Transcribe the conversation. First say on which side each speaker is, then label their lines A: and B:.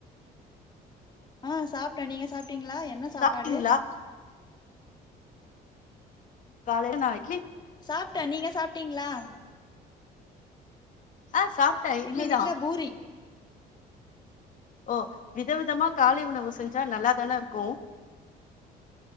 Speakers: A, on the left (about 25°); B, on the left (about 50°).
A: ஆஹ் சாப்ட்டேன் நீங்க சாப்ட் டிங்களா என்ன சாப்பாடு
B: சாப்ட்டீங்களா காலையில நான்
A: சாப்ட்டே நீங்க சாப்பிட்டீங்ளா
B: ஆ சாப்ட்டே இட்லி
A: எங்க வீட்ல
B: தா
A: பூரி
B: ஓ விதவிதமா காலை உணவு செஞ்சா நல்லாதானே இருக்கு